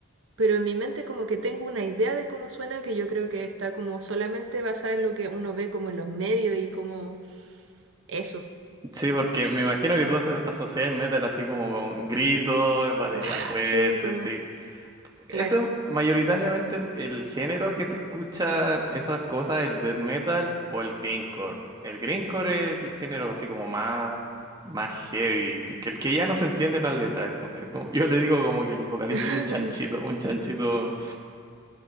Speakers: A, on the right (about 65°); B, on the right (about 20°).
A: pero en mi mente como que tengo una idea de cómo suena que yo creo que está como solamente basada en lo que uno ve como en los medios y como eso.
B: Sí, porque me imagino que tú aso- asocias metal así como con gritos, batería
A: ¡Wow!
B: fuerte,
A: Sí, como,
B: sí. Eso
A: claro.
B: es mayoritariamente el, el género que se escuchan esas cosas, el death metal o el grindcore. El grindcore es el género así como más, más heavy, que el que ya no se entiende las letras. Es como- es como- yo le digo como que el vocalista
A: <laughs>
B: es un chanchito, un chanchito